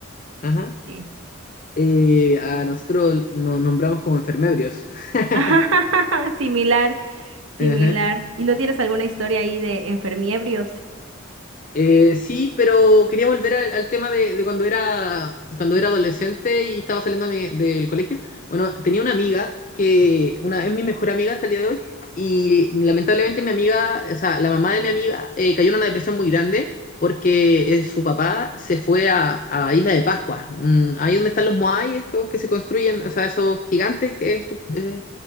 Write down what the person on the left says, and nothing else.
ajá.
eh, a nosotros nos nombramos como enfermeros. <laughs>
Ajá.
Eh, sí, pero quería volver al, al tema de, de cuando era, cuando era adolescente y estaba saliendo de mi- del colegio. Bueno, tenía una amiga que una, es mi mejor amiga hasta el día de hoy y lamentablemente mi amiga, o sea, la mamá de mi amiga eh, cayó en una depresión muy grande porque eh, su papá se fue a, a Isla de Pascua, un- ahí donde están los Moai, estos que se construyen, o sea, esos gigantes, que es tu- eh,